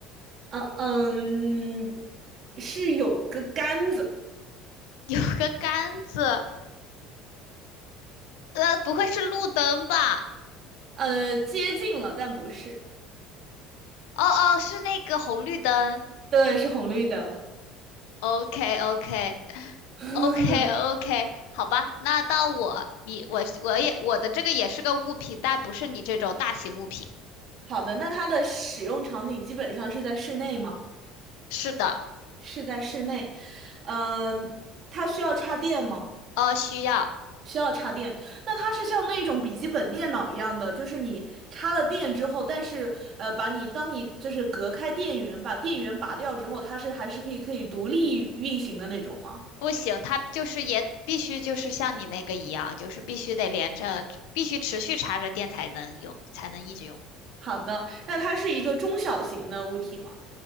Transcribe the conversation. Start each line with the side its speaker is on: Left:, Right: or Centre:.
Right: 嗯嗯，是有个杆子，
Left: <laughs> 有个杆子，呃，不会是路灯吧？
Right: 呃，接近了，但不是，
Left: 哦哦，是那个红绿灯。
Right: 对，是红绿灯。
Left: OK OK
Right: <laughs>
Left: OK OK，<laughs> 好吧，那到我，你我我也我的这个也是个物品，但不是你这种大型物品。
Right: 好的，那它的使用场景基本上是在室内吗？
Left: 是的，
Right: 是在室内。嗯，它需要插电吗？
Left: 呃，需要。
Right: 需要插电。那它是像那种笔记本电脑一样的，就是你插了电之后，但是呃，把你当你就是隔开电源，把电源拔掉之后，它是还是可以可以独立运行的那种吗？
Left: 不行，它就是也必须就是像你那个一样，就是必须得连着，必须持续插着电才能用，才能一直用。
Right: 好的，那它是一个中小型的物体吗？